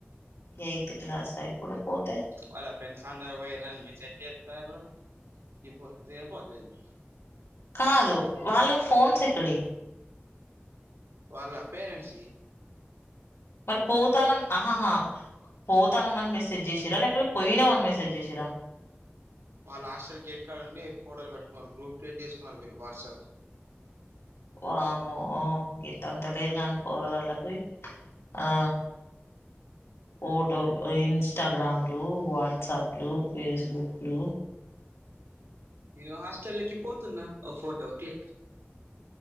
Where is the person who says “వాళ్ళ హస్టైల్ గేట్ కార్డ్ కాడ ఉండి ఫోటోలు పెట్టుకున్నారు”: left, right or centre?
Right